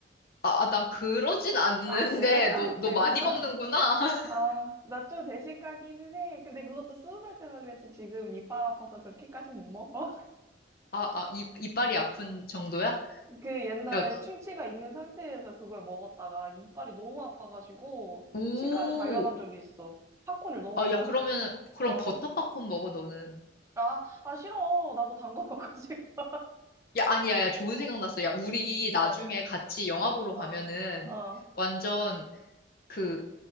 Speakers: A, on the left (about 50°); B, on the right (about 15°).
A: 아, 아, 난 그러진 않는데,
B: 아, 그래? 아,
A: 너, 너
B: 내가?
A: 많이
B: 아,
A: 먹는구나. <laughs>
B: 아, 나 좀 내식 가기는 해. 근데 그것도 스무 살 때나 그랬지. 지금 이빨 아파서 그렇게까지 못 먹어.
A: 아, 아, 입, 이빨이 아픈 정도야?
B: <laughs> 그 옛날에
A: 야,
B: 충치가 있는 상태에서 그걸 먹었다가 이빨이 너무 아파가지고
A: 오,
B: 치과를 달려간 적이 있어. 팝콘을 너무
A: 아,
B: 많이
A: 야,
B: 먹어.
A: 그러면은,
B: <laughs>
A: 그럼
B: 어.
A: 버터 팝콘 먹어, 너는.
B: 아, 아, 싫어. 나도 단 거 <laughs> 먹고 싶어.
A: 야, 아니야, 야, 좋은 생각 났어. 야, 우리 나중에
B: 어,
A: 같이 영화 보러 가면은
B: 어, 어,
A: 완전 그,